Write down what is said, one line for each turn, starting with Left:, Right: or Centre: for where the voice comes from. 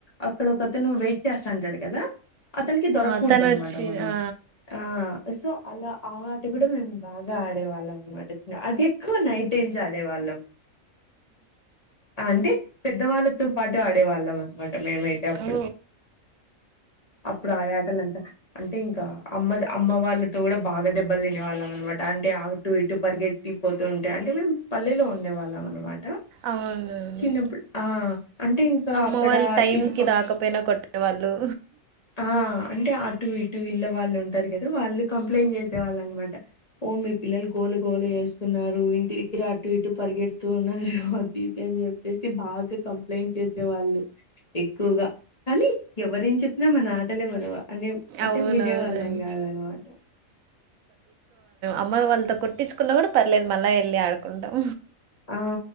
Left: అక్కడ ఒక అతను వెయిట్ చేస్తాంటాడు కదా అతనికి దొరకూడదు
Right: ఆ తను
Left: అనమాట
Right: వచ్చి
Left: మనము
Right: ఆ
Left: ఆ సో అలా ఆ ఆట కూడా మేము బాగా ఆడేవాళ్ళం అనమాట అంటే ఎక్కు నైట్ టైమ్స్ ఆడేవాళ్ళం అంటే పెద్దవాళ్ళతో పాటు ఆడేవాళ్ళం అనమాట మేమైతే అప్పుడు
Right: ఓ
Left: అప్పుడు ఆ ఆటలంతా అంటే ఇంకా అమ్మ అమ్మ వాళ్ళు కూడా బాగా దెబ్బలు తినేవాళ్ళం అనమాట అంటే అటు ఇటు పరిగెట్టి పోతు ఉంటే అంటే మేము పల్లెలో ఉండే వాళ్ళం అనమాట
Right: అవునవును
Left: చిన్నప్పుడు ఆ అంటే ఇంకా
Right: అమ్మ
Left: అక్కడ
Right: వాళ్ళు టైంకి
Left: ఇటుపక్క
Right: రాకపోయినా కొట్టేవాళ్ళు
Left: ఆ అంటే అటు ఇటు ఇళ్ల వాళ్ళు ఉం ఉంటారు కదా వాళ్ళు కంప్లైంట్ చేసేవాళ్ళనమాట ఓ మీ పిల్లలు గోల గోల చేస్తున్నారు ఇం ఇక్కడ అటు ఇటు పరిగెడుతున్నారు అది ఇది అని చెప్పేసి బాగా కం చేసే వాళ్ళు ఎక్కువగా కానీ ఎవరేం చెప్పినా మన ఆటలే మనవా అంటే
Right: అవునవునండి
Left: వినేవాళ్ళం కాదనమాట
Right: అమ్మయి వాళ్ళతో కొట్టించుకున్న కూడా పర్లేదు మళ్ళా వెళ్ళి ఆడుకుంటాం
Left: ఆ